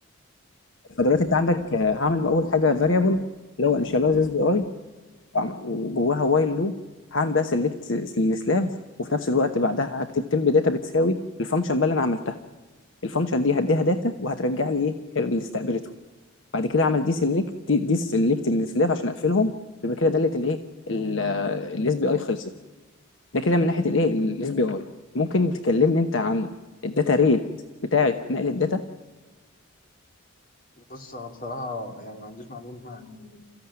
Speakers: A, on the left; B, on the left.
A: فدلوقتي انت عندك آه، هعمل اول حاجه فاريبل اللي هو انيشاليزز بي اي وجواها وايل لوب هعمل بقى سيلكت السلاف وفي نفس الوقت بعدها هكتب تمب داتا بتساوي الفانكشن بقى اللي انا عملتها الفانكشن دي هديها داتا وهترجع لي ايه اللي استقبلته بعد كده اعمل دي سيلكت دي, دي سيلكت السلاف عشان اقفلهم يبقى كده دلت الايه الاس بي اي خلصت ده كده من ناحيه الايه الاس بي اي ممكن تكلمني انت عن الداتا ريت بتاعه نقل الداتا
B: بص انا بصراحه يعني ما عنديش معلومه عن